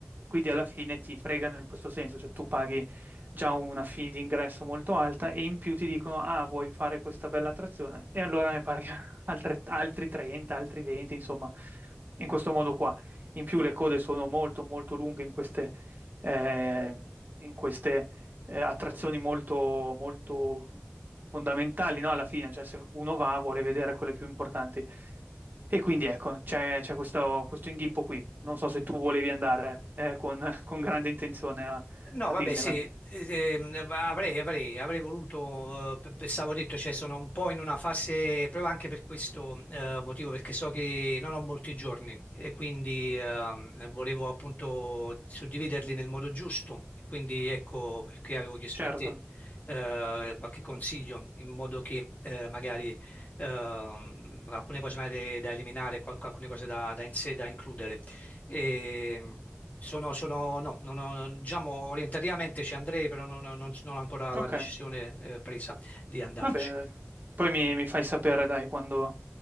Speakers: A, on the right; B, on the left.
A: Quindi alla fine ti fregano in questo senso, cioè tu paghi già una fee di ingresso molto alta e in più ti dicono, ah, vuoi fare questa bella attrazione? E allora ne paghi <laughs> altre- altri 30, altri 20, insomma, in questo modo qua. In più le code sono molto, molto lunghe in queste, eh, in queste eh, attrazioni molto, molto fondamentali, no? Alla fine, cioè se uno va vuole vedere quelle più importanti. E quindi ecco, c'è c'è questo, questo inghippo qui. Non so se tu volevi andare eh, con, <laughs> con grande intenzione a,
B: No,
A: a
B: vabbè,
A: Disneyland.
B: sì, ehm, avrei, avrei, avrei voluto, eh, pe- pensavo detto, cioè sono un po' in una fase, proprio anche per questo eh, motivo, perché so che non ho molti giorni e quindi ehm, volevo appunto suddividerli nel modo giusto, quindi ecco perché avevo chiesto
A: Certo.
B: a te eh, qualche consiglio in modo che eh, magari ehm, alcune cose magari da eliminare, qual- alcune cose da, da in sé da includere. E sono, sono- no, non ho- non- diciamo orientativamente ci andrei, però non, non- non ho ancora la
A: Ok,
B: decisione eh, presa di andarci.
A: va bene, dai. Poi mi, mi fai sapere, dai, quando,